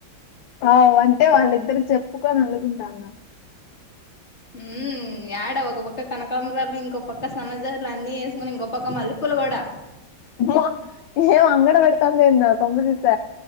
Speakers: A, on the left (about 70°); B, on the left (about 30°).
A: ఆ వంటే వాళ్ళిద్దరు చెప్పుకోని వండుకుంటర్లు
B: ఉమ్ యాడా ఒక పక్క కనకంబరాలు ఇంకో పక్క సన్న జాజు అన్నీ ఏసుకుని ఇంకొక పక్క మల్లె పూలు కూడా
A: అమ్మో ఏం అంగడ పెడతాంద ఏంది కొంప దీసి